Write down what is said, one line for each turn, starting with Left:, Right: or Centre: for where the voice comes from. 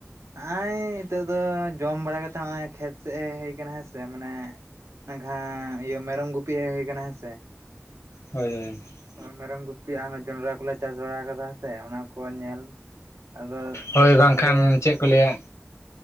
Right: ᱟᱸᱭᱻ ᱱᱤᱛᱚᱜ ᱫᱚ ᱡᱚᱢ ᱵᱟᱲᱟ ᱠᱟᱛᱮᱫ ᱦᱚᱜᱼᱚᱭ ᱠᱷᱮᱛ ᱥᱮᱫ ᱦᱮᱡ ᱦᱩᱭ ᱠᱟᱱᱟ ᱦᱮᱸ ᱥᱮ, ᱢᱟᱱᱮ ᱟᱸᱜᱷᱟᱸ ᱤᱭᱟᱹ ᱢᱮᱨᱚᱢ ᱜᱩᱯᱤ ᱦᱮᱡ ᱦᱩᱭ ᱠᱟᱱᱟ ᱦᱮᱸ ᱥᱮ ᱾
Left: ᱦᱳᱭ ᱦᱳᱭ ᱾
Right: ᱢᱮᱨᱚᱢ ᱜᱩᱯᱤ ᱟᱨ ᱡᱚᱱᱰᱨᱟ ᱠᱚᱞᱮ ᱪᱟᱥ ᱵᱟᱲᱟ ᱠᱟᱫᱟ ᱥᱮ ᱚᱱᱟ ᱠᱚ ᱧᱮᱞ ᱟᱫᱚ
Left: ᱦᱳᱭ ᱵᱟᱝᱠᱷᱟᱱ
Right: ᱟᱫᱚ
Left: ᱪᱮᱫ ᱠᱚ ᱞᱟᱹᱭᱟ?